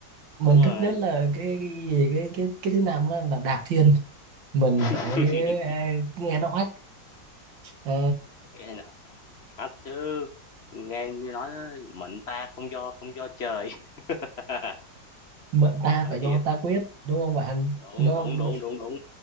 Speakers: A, on the right; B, on the left.
A: mình
B: đúng rồi
A: thích nhất là cái cái gì- cái cái cái thứ năm á là đạp thiên mình phải
B: <laughs>
A: à, nghe nó oách à,
B: Ê, nói chứ nghe như nói đó, mệnh ta không do không do trời <laughs>
A: mệnh ta
B: bảo
A: phải do
B: thiệt
A: ta quyết đúng không bạn
B: đúng
A: nó,
B: đúng
A: nó
B: đúng đúng đúng